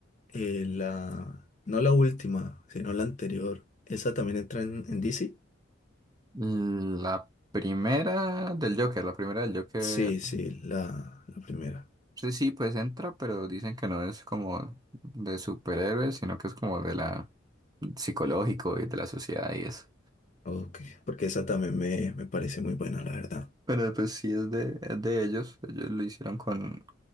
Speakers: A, on the left (about 40°); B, on the right (about 20°).
A: Eh, la, no la última, sino la anterior. ¿Esa también entra en, en DC?
B: Mm, La primera del Joker, la primera del Joker,
A: Sí, sí, la, la primera.
B: sí, sí, pues entra, pero dicen que no es como de superhéroes, sino que es como de la psicológico y de la sociedad y eso.
A: Ok, porque esa también me, me parece muy buena, la verdad.
B: Pero pues sí es de, es de ellos, ellos lo hicieron con,